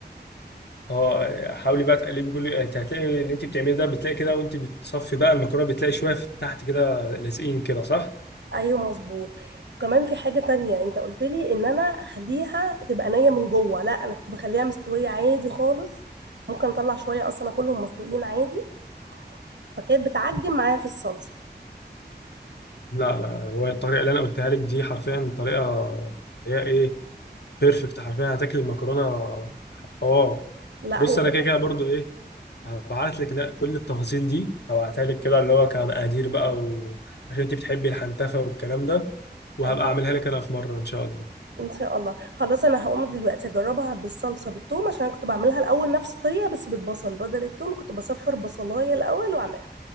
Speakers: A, on the left (about 70°); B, on the right (about 85°).
A: اه حاولي بقى تقلبي كل انت هتلاقي اللي انت بتعمليه ده بتلاقي كده وانت بتصفي بقى المكرونه بتلاقي شويه في تحت كده لازقين كده صح؟
B: ايوه مظبوط وكمان في حاجة تانية انت قلت لي ان انا اخليها تبقى نية من جوه لا انا كنت بخليها مستوية عادي خالص ممكن اطلع شوية اصلا اكلهم مسلوقين عادي فكانت بتعجن معايا في الصلصة
A: لا لا هو الطريقه اللي انا قلتها لك دي حرفيا طريقه هي ايه بيرفكت حرفيا هتاكل المكرونه حوار
B: لا
A: بص
B: هي
A: انا
B: كده
A: كده كده برضو
B: حلوة
A: ايه هبعت لك لا كل التفاصيل دي هبعتها لك كده اللي هو كمقادير بقى و... عشان انت بتحبي الحنتفه والكلام ده وهبقى
B: ايوه
A: اعملها لك انا في مره ان شاء الله
B: ان شاء الله خلاص انا هقوم دلوقتي اجربها بالصلصة بالثوم عشان انا كنت بعملها الاول نفس الطريقة بس بالبصل بدل الثوم كنت بصفر بصلاية الاول واعملها